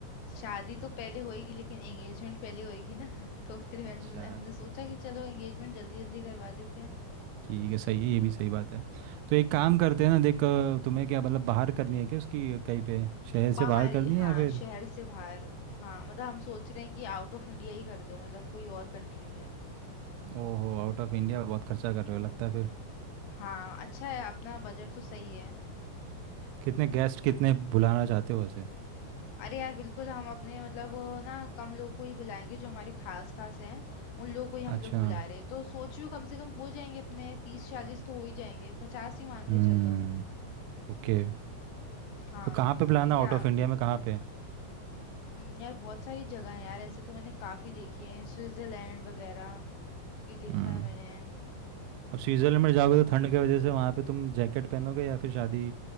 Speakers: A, on the left; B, on the right.
A: शादी तो पहले होएगी लेकिन एंगेजमेंट पहले होएगी ना <laughs> तो फिर हम-
B: अच्छा
A: हमने सोचा कि चलो एंगेजमेंट जल्दी जल्दी करवा देते हैं
B: ठीक है सही है ये भी सही बात है तो एक काम करते
A: हम्म
B: हैं ना देख अ, तुम्हें क्या मतलब बाहर करनी है क्या उसकी कहीं पे शहर से
A: बाहरी
B: बाहर करनी
A: हाँ
B: है या फिर
A: शहर से बाहर हाँ मतलब हम सोच रहे हैं कि आउट ऑफ इंडिया ही कर दो मतलब कोई और कंट्री में
B: ओहो आउट ऑफ इंडिया बहुत खर्चा कर रहे हो लगता है फिर
A: हाँ अच्छा है अपना बजट तो सही है
B: कितने गेस्ट कितने बुलाना चाहते हो वैसे
A: अरे यार बिल्कुल हम अपने मतलब वो ना कम लोग को ही बुलाएंगे जो हमारे खास खास हैं उन लोग को ही हम
B: अच्छा
A: लोग बुला रहे हैं तो सोच रही हूँ कम से कम हो जाएंगे अपने तीस चालीस तो हो ही जाएंगे पचास ही मान के
B: हम्म
A: चलो
B: ओके
A: हाँ
B: तो कहाँ पे प्लान
A: तो
B: है
A: क्या
B: आउट ऑफ इंडिया में कहाँ पे
A: हम्म, यार बहुत सारी जगह है यार ऐसे तो मैंने काफी देखी है स्विट्जरलैंड वगैरह भी देखा
B: हम्म
A: है मैंने
B: अब स्विट्जरलैंड में जाओगे तो ठंड की वजह से वहाँ पे तुम जैकेट पहनोगे या फिर शादी